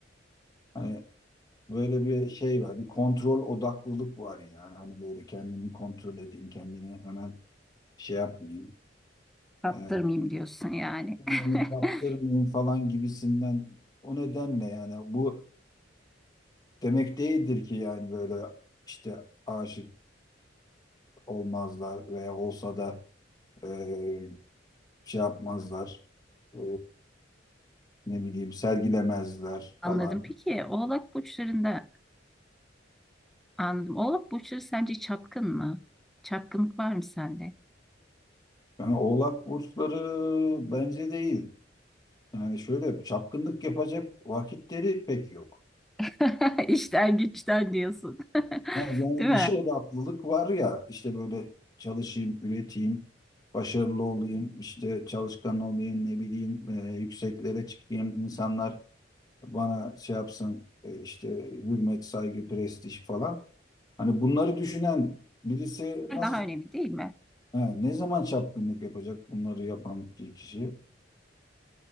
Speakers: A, on the left; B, in the centre.
A: Hani böyle bir şey var, bir kontrol odaklılık var yani. Hani böyle kendimi kontrol edeyim, kendimi hemen şey yapmayayım.
B: Kaptırmayayım
A: Ee,
B: diyorsun yani.
A: kendimi kaptırmayayım
B: <laughs>
A: falan gibisinden o nedenle yani bu demek değildir ki yani böyle işte aşık olmazlar veya olsa da e, şey yapmazlar E, ne bileyim sergilemezler
B: Anladım.
A: falan.
B: Peki Oğlak burçlarında Anladım. Oğlak burçları sence çapkın mı? Çapkınlık var mı sende?
A: Yani Oğlak burçları bence değil. Yani şöyle çapkınlık yapacak vakitleri pek yok.
B: <laughs> İşten güçten diyorsun. <laughs>
A: Ha, Yani
B: Değil mi?
A: işe odaklılık var ya işte böyle çalışayım, üreteyim, başarılı olayım, işte çalışkan olayım, ne bileyim e, yükseklere çıkayım, insanlar bana şey yapsın e, işte hürmet, saygı, prestij falan. Hani bunları düşünen birisi nasıl
B: Daha önemli değil mi?
A: ha, ne zaman çapkınlık yapacak bunları yapan ki- kişi?